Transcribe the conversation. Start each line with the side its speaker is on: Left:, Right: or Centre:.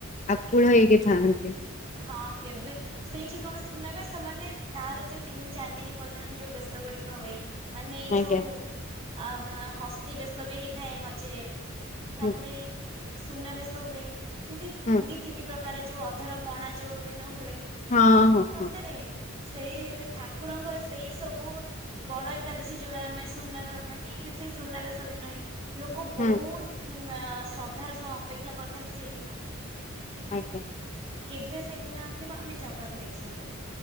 Left: ଆକୁଳ ହେଇକି ଥାଆନ୍ତି।
Right: ହଁ, କେବେ ସେଇଠି କଣ ସୁୁନାବେଶ ମାନେ, ତାର ଯୋଉ ତିନି ଚାରି ଦିନ ପର୍ଯ୍ୟନ୍ତ ଯୋଉ ବେଶ ଗୁଡିକ ହୁଏ। ମାନେ ଏଇ ଯୋଉ
Left: ଆଜ୍ଞା
Right: ଅମ୍ ହସ୍ତି ବେଶ ବି ହେଇଥାଏ ମଝିରେ ତା'ପରେ
Left: ହୁଁ
Right: ସୁନାବେଶ ହୁଏ, ଏମତି
Left: ହୁଁ
Right: ଦି ତିନି ପ୍ରକାର ଯୋଉ ଅଧର ପଣା ଯୋଉ ଦିନ ହୁଏମ୍
Left: ହଁ ହଁ
Right: ସତରେ
Left: ହଁ
Right: ସେଇ ଠାକୁରଙ୍କର ସେଇ ସବୁ ବଡ ଏକାଦଶୀ ଯୋଉଡା, ଆମେ ସୁନା ମାନେ ସେଇ ସୁନାବେଶ ଦିନ ହିଁ ଲୋକ ବହୁତ୍
Left: ହୁଁ
Right: ଆଁ ଶ୍ରଦ୍ଧାର ସହ ଅପେକ୍ଷା କରିଥାନ୍ତି ସେଇ ଦିନ ଗୁଡିକୁ।
Left: ଆଜ୍ଞା।
Right: କେବେ ସେଇଦିନ ଆସିବ ଆମେ ଜଗାକୁ ଦେଖିବୁ।